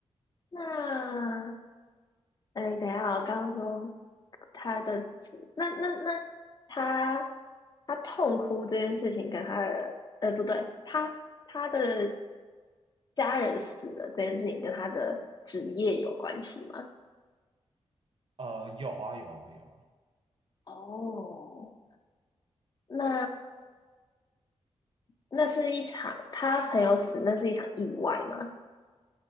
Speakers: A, on the left; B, on the right.
A: 那哎，等一下，我刚刚说他的指，那那那他他痛哭这件事情跟他的，呃，不对，他他的家人死了这件事情跟他的职业有关系吗？
B: 呃，有啊有啊有啊，
A: 哦，那那是一场他朋友死，那是一场意外吗？